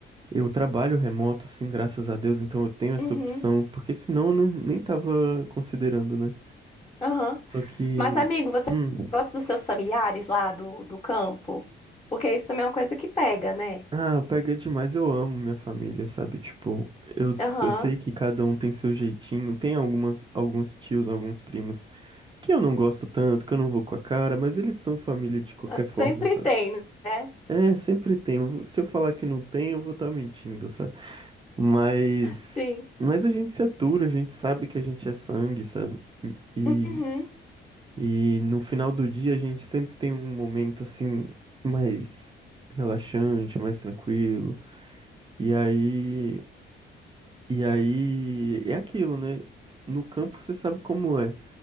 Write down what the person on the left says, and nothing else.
Uhum,
aham.
Mas, amigo, você
gosta dos seus familiares lá do, do campo? Porque isso também é uma coisa que pega, né?
Aham,
sempre
tem, né?
Sim.
Uhum,